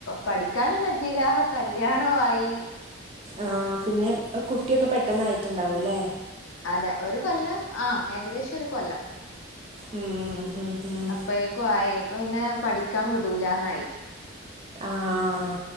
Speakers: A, on the left; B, on the right.
A: പഠിക്കാനും പറ്റിയില്ല ആഹ് കല്യാണം ആയി
B: ആഹ് ആഹ് പിന്നെ കുട്ടിയൊക്കെ പെട്ടെന്ന് ആയിട്ടുണ്ടാവും അല്ലേ
A: അതെ ഒരു കൊല്ലം ആ ഏകദേശം ഒരു കൊല്ലം
B: ഉം, ഉം, ഉം.
A: അപ്പഴേകും ആയെ പിന്നെ പഠിക്കാൻ വിടൂലന്നായി
B: ആഹ്